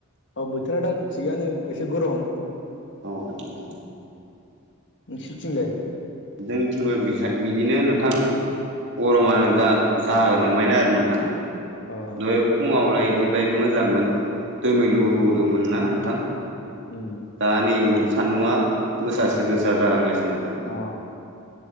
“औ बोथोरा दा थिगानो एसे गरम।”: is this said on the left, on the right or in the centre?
Left